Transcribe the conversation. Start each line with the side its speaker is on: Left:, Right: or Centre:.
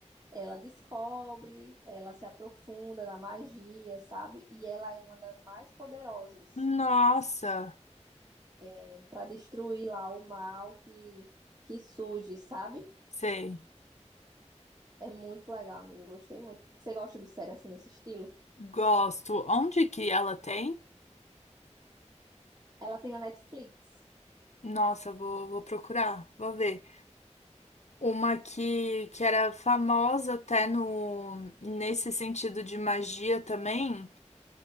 Right: Ela descobre, ela se aprofunda na magia, sabe? E ela é uma das mais poderosas
Left: Nossa.
Right: é, para destruir lá o mal que, que surge, sabe?
Left: Sei.
Right: É muito legal, amiga. Eu gostei muito. Você gosta de série assim nesse estilo?
Left: Gosto. Onde que ela tem?
Right: Ela tem na Netflix.
Left: Nossa, vou, vou procurar, vou ver. Uma que, que era famosa até no, nesse sentido de magia também.